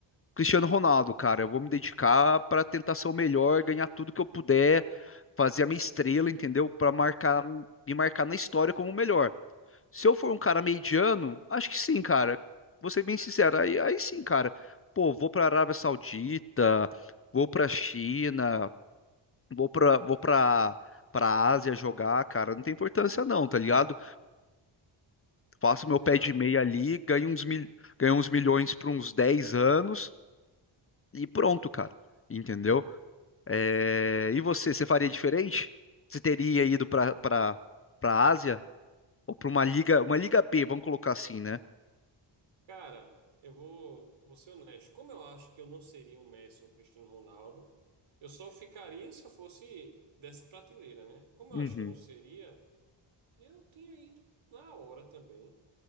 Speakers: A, on the left (about 30°); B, on the right (about 75°).
A: Cristiano Ronaldo, cara. Eu vou me dedicar pra tentar ser o melhor, ganhar tudo que eu puder, fazer a minha estrela, entendeu? Pra marcar, me marcar na história como o melhor. Se eu for um cara mediano, acho que sim, cara. Vou ser bem sincero. Aí, aí sim, cara. Pô, vou pra Arábia Saudita, vou pra China, vou pra, vou pra, pra Ásia jogar, cara. Não tem importância, não, tá ligado? faço
B: Tô
A: meu
B: ligado.
A: pé de meia ali, ganho uns, mil, ganho uns milhões por uns 10 anos e pronto, cara. Entendeu? É, E você, você faria diferente? Você teria ido para para para Ásia ou para uma liga, uma liga B, vamos colocar assim, né?
B: Cara, eu vou, vou ser honesto. Como eu acho que eu não seria um Messi, ou um Cristiano Ronaldo, eu só ficaria se eu fosse dessa prateleira, né? Como eu
A: Uhum.
B: acho que eu não seria, eu tinha ido na hora também.